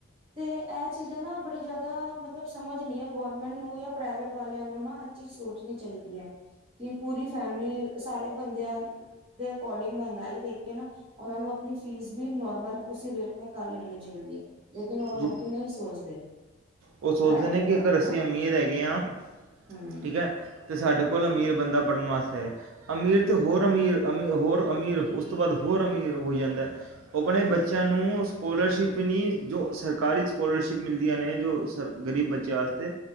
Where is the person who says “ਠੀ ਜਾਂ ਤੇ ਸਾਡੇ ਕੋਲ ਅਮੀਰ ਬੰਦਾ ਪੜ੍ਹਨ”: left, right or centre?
Right